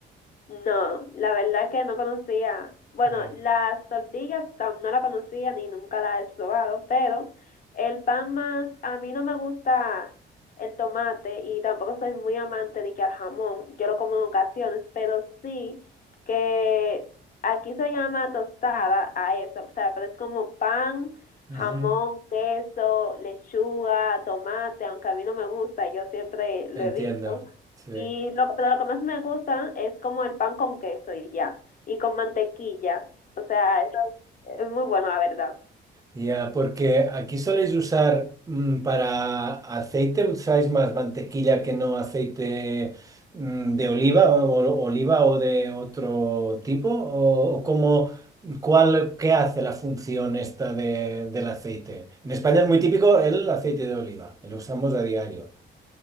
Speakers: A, on the left; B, on the right.
A: No, la verdad que no conocía. Bueno,
B: Eh,
A: las tortillas tam- no la conocía ni nunca la he probado, pero el pan más, a mí no me gusta el tomate y tampoco soy muy amante de que al jamón, yo lo como en ocasiones, pero sí que aquí se llama tostada a eso, o sea, pero es como pan,
B: ujú,
A: jamón, queso, lechuga, tomate, aunque a mí no me gusta, yo siempre lo
B: Entiendo,
A: evito.
B: sí.
A: Y lo que, pero lo que más me gusta es como el pan con queso y ya, y con mantequilla. O sea, eso es es muy bueno, la verdad.
B: Ya, porque aquí soléis usar mm, para aceite, usáis más mantequilla que no aceite mm, de oliva o, oliva o de otro tipo, o, o cómo, cuál, qué hace la función esta de- del aceite. En España es muy típico el aceite de oliva, lo usamos a diario,